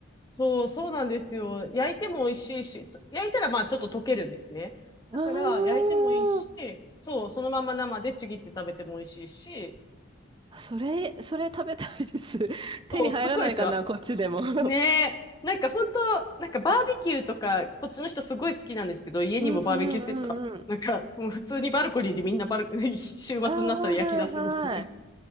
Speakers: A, on the left (about 20°); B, on the right (about 25°).
A: そう、そうなんですよ。焼いても美味しいし、と焼いたらまあちょっと溶けるんですね。
B: うーん。
A: だから、焼いてもいいし、そう、そのまま生でちぎって食べても美味しいし、
B: それ、それ食べたいです。<laughs>
A: そう、
B: 手に入らないかな、
A: すごいですよ。
B: こっちでも。<laughs>
A: ねえ。なんか本当、なんかバーベキューとか、こっちの人すごい好きなんですけど、家にもバーベキューセットあなんか、
B: うんうんうんうん。
A: もう普通にバルコニーでみんなバル、<laughs> 週末になったら焼き出すんですね。
B: ああ、はいはい。